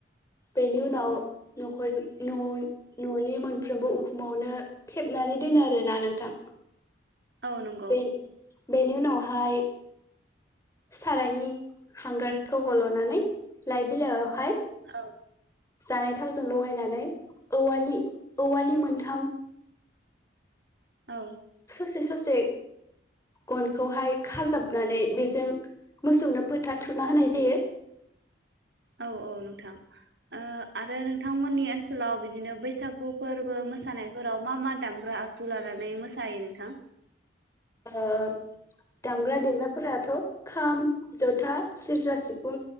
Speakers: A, on the left (about 15°); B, on the right (about 60°).
A: बेनि उनाव
B: औ
A: न'खर न'नि न'नि मोनफ्रोमबो उखुमावनो थेबनानै दोनो आरो ना नोंथां
B: औ नंगौ
A: बे बेनि उनावहाय सारायनि हांगारखौ हल'नानै लाइ बिलाइयावहाय
B: औ
A: जानाय थावजों लगायनानै औवानि औवानि मोनथाम
B: औ
A: ससे ससे गनखौहाय खाजाबनानै बेजों मोसौनो फोथा थुना होनाय जायो
B: औ औ नोंथां आरो नोंथांमोननि ओनसोलाव बिदिनो बैसागु फोरबो मोसानायफोराव मा मा दामग्रा आगजु लानानै मोसायो नोंथां
A: हो दामग्रा देग्राफोराथ' खाम जथा सेरजा सिफुं